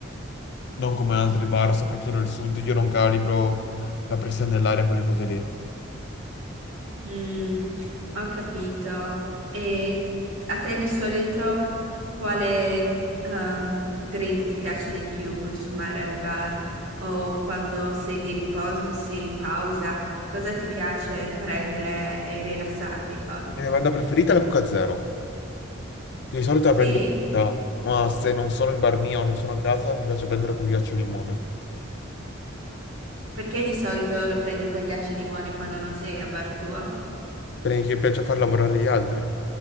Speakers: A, on the left; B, on the right.
A: non come altri bar, soprattutto nel sud, io non calibro la pressione dell'aria, quelle cose lì. Eh,
B: mm, ho capito. E a te di solito quale ehm, drink ti piace di più consumare al bar? O quando sei di riposo, sei in pausa, cosa ti piace prendere e rilassarti con?
A: vada preferita la Coca Zero. Di solito la
B: Sì?
A: prendo, no, ma se non sono in bar mio, non sono a casa, mi piace prendere con ghiaccio e limone.
B: Perché di solito lo prendi con ghiaccio e limone quando non sei a bar tuo?
A: perché mi piace far lavorare gli altri